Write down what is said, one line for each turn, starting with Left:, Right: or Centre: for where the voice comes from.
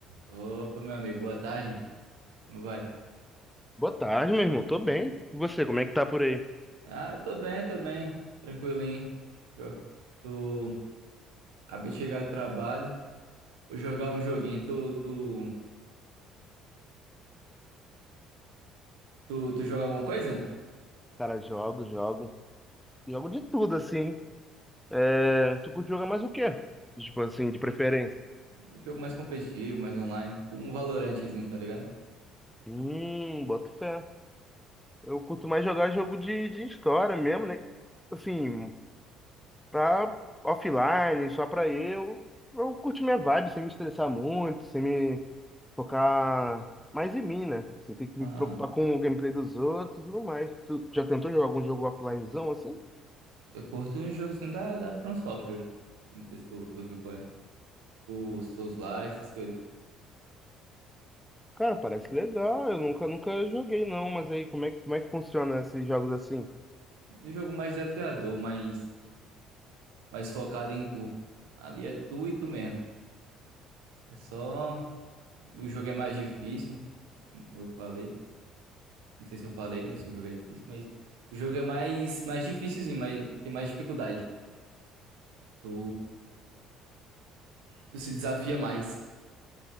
Right: Opa, meu amigo, boa tarde. Como vai?
Centre: Boa tarde, meu irmão. Tô bem. E você, como é que tá por aí?
Right: Ah, tô bem, tô bem. Tranquilinho. Eu tô... Acabei de chegar do trabalho. Vou jogar um joguinho. Tu, tu, tu, tu joga alguma coisa?
Centre: Cara, jogo, jogo. Jogo de tudo, assim. É, tu curte jogar mais o quê? Tipo assim, de preferência.
Right: Um jogo mais competitivo, mais online. Tipo um Valorantezinho, tá ligado?
Centre: Hum, boto fé. Eu curto mais jogar jogo de, de história mesmo, né? Assim, pra offline, só pra eu. Eu curto minha vibe, sem me estressar muito, sem me focar mais em mim, né? Sem ter que
Right: Ah,
Centre: me preocupar com o gameplay dos outros e tudo mais. Tu já tentou jogar algum jogo offlinezão assim?
Right: eu curto um jogozinho da, da From Software. Não sei se tu, tu viu qual é. O Souls-like, essas coisas.
Centre: Cara, parece legal. Eu nunca, nunca joguei, não. Mas aí, como é, que- como é que funciona esses jogos assim?
Right: Um jogo mais desafiador, mais, mais focado em tu. Ali é tu e tu mesmo. É só. O jogo é mais difícil, como eu falei. Não sei se eu falei, né? Se o jogo é difícil, mas. O jogo é mais, mais difícilzinho, mas tem mais dificuldade. Tu, tu se desafia mais.